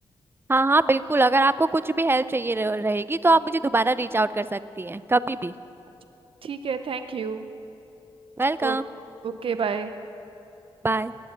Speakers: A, on the right; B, on the right.
A: हाँ हाँ बिल्कुल अगर आपको कुछ भी हेल्प चाहिए रह- रहेगी तो आप मुझे दोबारा रीच आउट कर सकती हैं कभी भी
B: अच्छा, ठीक है thank you
A: वेलकम
B: Okay okay bye
A: बाय